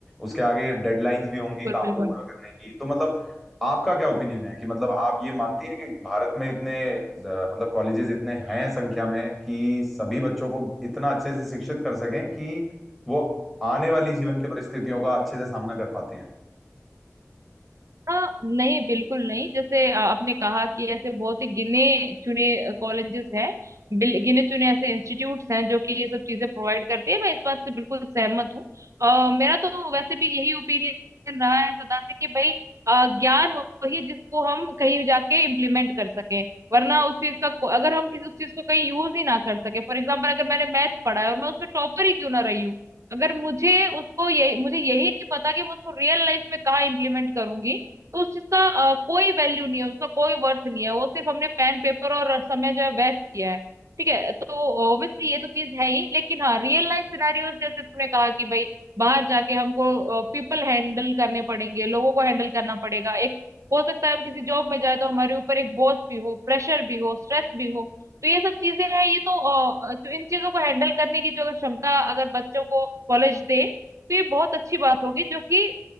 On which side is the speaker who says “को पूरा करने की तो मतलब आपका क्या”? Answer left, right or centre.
Centre